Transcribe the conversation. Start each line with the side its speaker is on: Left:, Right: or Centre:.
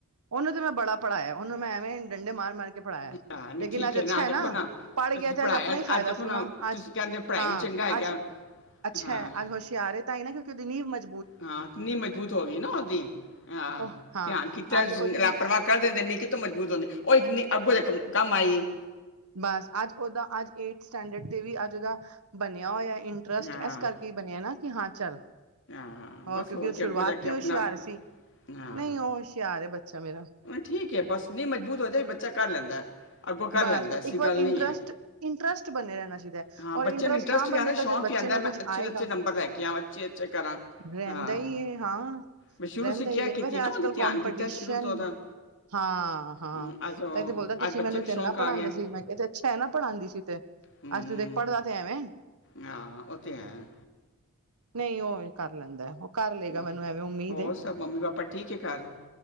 Right: ਉਹਨੂੰ ਤੇ ਮੈਂ ਬੜਾ ਪੜ੍ਹਾਇਆ ਉਹਨੂੰ ਮੈਂ ਐਵੇਂ ਡੰਡੇ ਮਾਰ- ਮਾਰ ਕੇ ਪੜਾਇਆ
Left: ਹਾਂ ਨਹੀਂ
Right: ਲੇਕੀਨ
Left: ਠੀਕ
Right: ਅੱਜ ਅੱਛਾ
Left: ਆਹ
Right: ਹੈ
Left: ਦੇਖੋ
Right: ਨਾ ਪੜ
Left: ਤੁਸੀਂ
Right: ਗਿਆ ਤੇ
Left: ਪੜ੍ਹਾਇਆ
Right: ਅੱਜ ਆਪਣਾ ਫਾਇਦਾ
Left: ਦੇਖੋ
Right: ਸੁਣਾ।
Left: ਨਾ
Right: ਅੱਜ
Left: ਤੁਸੀਂ ਕਹਿੰਦੇ ਪੜ੍ਹਾਈ
Right: ਹਾਂ
Left: ਵੀ ਚੰਗਾ ਹੈਗਾ
Right: ਅੱਜ ਅੱਛਾ
Left: ਹਾਂ
Right: ਹੈ ਅੱਜ ਹੁਸ਼ਿਆਰ ਏ ਤਾਈ ਨੀ ਕਿਉਂਕਿ ਨੀਵ ਮਜਬੂਤ
Left: ਹਾਂ ਇੰਨੀ ਮਜ਼ਬੂਤ ਹੋ ਗਈ ਨਾ ਉਹਦੀ ਹਾਅ
Right: ਉਹ ਹਾਂ
Left: ਧਿਆਨ ਕੀਤਾ
Right: ਅੱਜ ਉਹਦੀ
Left: ਲਾਪਰਵਾਹ ਕਰ ਦਿੰਦੇ ਮਜ਼ਬੂਤ ਹੁੰਦੀ ਉਹ <inaudible> ਅੱਗੋਂ ਜਾ ਕੇ ਕੰਮ ਆਏਗੀ।
Right: ਬਸ ਅੱਜ ਓਦਾ ਅੱਜ ਏਅ ਸਟੈਂਡਰਡ ਤੇ ਵੀ ਅੱਜ ਓਦਾ ਬਨਿਆ ਹੋਇਆ ਏ। ਇੰਟਰਸਟ
Left: ਹਾਂ
Right: ਇਸ ਕਰਕੇ ਹੀ ਬਣਿਆ ਨਾ ਕਿ ਹਾਂ ਚੱਲ
Left: ਹਾਂ
Right: ਹੋ
Left: ਬਸ
Right: ਕਿਉਂਕਿ
Left: ਹੋਰ
Right: ਉਹ
Left: ਕਿ
Right: ਸ਼ੁਰੂਆਤ
Left: ਅੱਗੋਂ ਜਾ ਕੇ
Right: ਤੇ
Left: ਆਪਣਾ
Right: ਹੁਸ਼ਿਆਰ ਸੀ।
Left: ਹਾਂ
Right: ਨਈ ਉਹ ਹੁਸ਼ਿਆਰ ਬੱਚਾ ਮੇਰਾ
Left: ਠੀਕ ਹੈ ਬਸ ਨਹੀਂ ਮਜਬੂਤ ਹੋ ਜੇ ਬੱਚਾ ਕਰ ਲੈਂਦਾ। ਅੱਗੋਂ ਕਰ
Right: ਬਸ
Left: ਲੈਂਦਾ
Right: ਬ-
Left: ਐਸੀ
Right: ਇੱਕ ਵਾਰ
Left: ਗੱਲ ਨਈ
Right: ਇੰਟਰਸਟ
Left: ਐ
Right: ਇੰਟਰਸਟ ਬਣੇ ਰਹਿਣਾ ਚਾਹੀਦਾ ਹੈ
Left: ਹਾਂ ਬੱਚੇ
Right: ਔਰ
Left: ਨੂੰ ਇੰਟਰਸਟ
Right: ਤਾਂ
Left: ਹੀ
Right: ਬਣੇਗਾ
Left: ਯ ਸ਼ੌਂਕ
Right: ਜਦ ਬੱਚੇ
Left: ਹੀ ਕਹਿੰਦਾ
Right: ਨੂੰ
Left: ਮੈਂ
Right: ਕੁਛ
Left: ਅੱਛੇ
Right: ਆਏਗਾ
Left: ਅੱਛੇ ਨੰਬਰ ਲੈ ਕੇ ਆਵਾ ਅਛੇ ਅੱਛੇ ਕਰਾਂ
Right: ਰਹਿੰਦਾ
Left: ਹਾਂ
Right: ਈ ਐ ਹਾਂ
Left: ਮੈਂ ਸ਼ੁਰੂ
Right: ਰਹਿੰਦਾ
Left: ਸੇ
Right: ਈ
Left: ਕੇਅਰ
Right: ਹੈ
Left: ਕੀਤੀ
Right: ਵੈਸੇ
Left: ਨਾ
Right: ਅੱਜ
Left: ਉਹਦੀ
Right: ਕੱਲ
Left: ਧਿਆਨ
Right: ਕਮਪਟੀਸ਼ਨ
Left: ਕੀਤਾ ਸ਼ੁਰੂ ਤੋਂ ਉਹਦਾ
Right: ਹਾਂ- ਹਾਂ
Left: ਹਮ, ਅੱਜ ਉਹ
Right: ਤਾਂ ਇਹ ਤੇ ਬੋਲਦਾ
Left: ਅੱਜ
Right: ਤੁਸੀਂ
Left: ਬੱਚੇ
Right: ਮੈਨੂੰ
Left: ਨੂੰ ਸ਼ੌਂਕ
Right: ਕਿੰਨਾ
Left: ਆ
Right: ਪੜਾਦੇਂ
Left: ਗਿਆ
Right: ਸੀ ਮੈਂ ਕਿਹਾ ਤੇ ਅੱਛਾ ਹੈ ਨਾ ਪੜ੍ਹਾਦੀ ਸੀ ਤੇ
Left: ਹਮ,
Right: ਅੱਜ ਤੂੰ ਦੇਖ ਪੜ੍ਹਦਾ ਤੇ ਐਵੇਂ
Left: ਹਾਂ ਓ ਤੇ ਹੈ।
Right: ਨਹੀਂ ਉਹ ਕਰ ਲੈਂਦਾ ਉਹ ਕਰ ਲਏਗਾ
Left: ਹਮ,
Right: ਮੈਨੂੰ ਐਵੇਂ ਉਮੀਦ
Left: ਹੋਰ
Right: ਐ।
Left: ਸਭ ਮੰਮੀ ਪਾਪਾ ਠੀਕ ਹੈ ਘਰ